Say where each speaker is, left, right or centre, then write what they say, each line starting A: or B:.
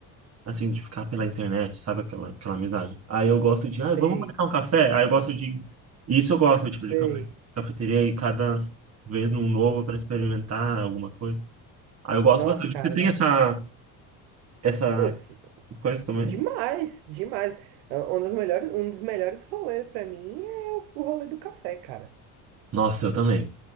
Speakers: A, on the right; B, on the right.
A: assim, de ficar pela internet, sabe? Aquela, aquela amizade. Aí eu gosto de, ah,
B: sei,
A: vamos marcar um café? Aí eu gosto de, isso eu gosto, tipo,
B: sei.
A: de cafe- cafeteria e cada vez num novo para experimentar alguma coisa. Aí eu gosto
B: Nossa,
A: bastante.
B: cara,
A: Você tem
B: não.
A: essa, essa,
B: Putz,
A: essas coisas também?
B: demais, demais. É, Uma das melhores, um dos melhores rolês pra mim é o o rolê do café, cara.
A: Nossa, eu também.